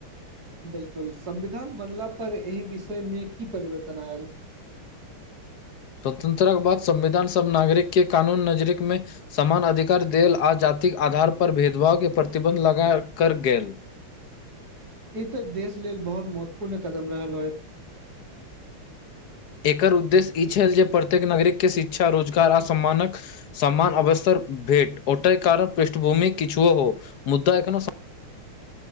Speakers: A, on the right (about 45°); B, on the left (about 55°).
A: बिल्कुल संविधान बनला पर एहि विषय मे की परिवर्तन आयल
B: स्वतंत्रता बाद संविधान सभ नागरिक के कानून नजरीक मे समान अधिकार देल आ जातिक आधार पर भेदभाव के प्रतिबन्ध लगा कर गेल
A: ई तऽ देश लेल बहुत महत्वपूर्ण कदम रहल होय
B: एकर उद्देश्य ई छल जे प्रत्येक नागरिकके शिक्षा रोजगार आ सम्मानक समान अवस्तर भेट ओतय कारण पृष्ठभूमि किछु हो मुद्दा एखनो